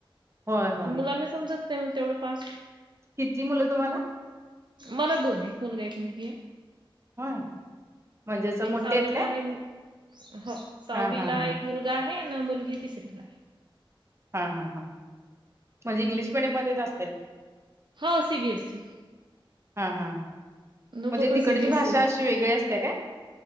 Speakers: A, on the right; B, on the right.
A: होय होय
B: मुलांना समजत नाही मग तेवढं फास्ट
A: किती मुलं तुम्हाला?
B: मला दोन एक मुलगा, एक मुलगी आहे.
A: होय म्हणजे अस मोट्ठे
B: एक सहावीला
A: आहेत काय?
B: आहे हो, साहावीला
A: हा हा हा
B: एक मुलगा आहे. ना मुलगी तिसरी ला.
A: हा हा हां म्हणजे इंग्लिश मिडियम मध्येच असतील.
B: हा सि बी एस ई.
A: हा हा म्हणजे
B: दोघं पण
A: तिकडची
B: सीबीएसई
A: भाषा
B: ला आहे.
A: अशी वेगळी असते काय?